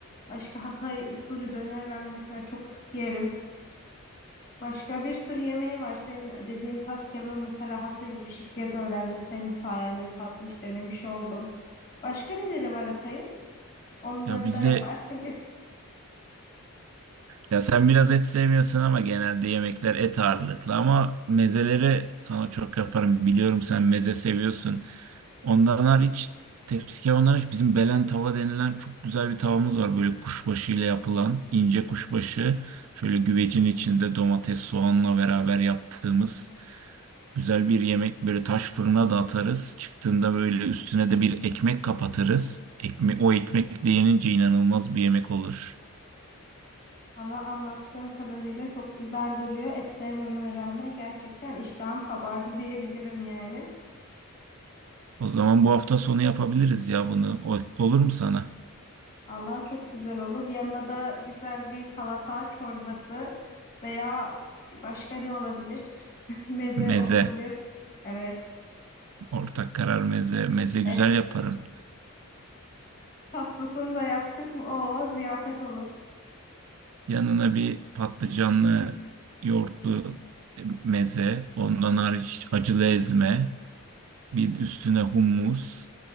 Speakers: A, on the left; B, on the right.
A: Başka Hatay usulü döner var mesela çok sık yerim. Başka bir sürü yemeği var. Senin dediğin tas kebabı mesela Hatay'ımış. İlk kez öğrendim. Senin sayende tatmış, denemiş oldum. Başka neleri var Hatay'ın? Onları
B: Ya bizde
A: da yaparsın. ya.
B: Ya sen biraz et sevmiyorsun ama genelde yemekler et ağırlıklı ama mezeleri sana çok yaparım. Biliyorum sen meze seviyorsun. Ondan hariç tepsi kebabından hariç bizim belen tava denilen çok güzel bir tavamız var. Böyle kuşbaşı ile yapılan ince kuşbaşı. Şöyle güvecin içinde domates soğanla beraber yaptığımız güzel bir yemek. Böyle taş fırına da atarız. Çıktığında böyle üstüne de bir ekmek kapatırız. Ekme o ekmek de yenince inanılmaz bir yemek olur.
A: <laughs> Valla anlattığın kadarıyla çok güzel duruyor. Et sevmeme rağmen gerçekten iştahım kabardı diyebilirim yani.
B: O zaman bu hafta sonu yapabiliriz ya bunu. O- Olur mu sana?
A: Allah çok güzel olur. Yanına da güzel bir salata, çorbası veya başka ne olabilir? <laughs> Meze
B: Meze.
A: olabilir. Evet.
B: Ortak karar meze. Meze
A: Et
B: güzel yaparım.
A: tatlısını da yaptık mı? Oo, ziyafet olur.
B: Yanına bir patlıcanlı yoğurtlu e, meze. Ondan hariç acılı ezme. Bir üstüne hummus.